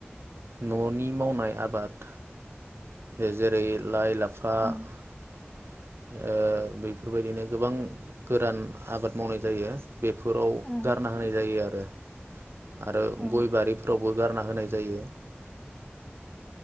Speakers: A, on the right; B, in the centre.
A: ननि मावनाय आबाद जेरै लाइ ला फा
B: ओं
A: ओ बेफोरबायदिनो गोबां गोरान आबाद मावनाय जायो बेफोराव
B: ओं
A: गारना होनाय जायो आरो। आरो
B: औ
A: गय बारिफोरावबो गारना होनाय जायो।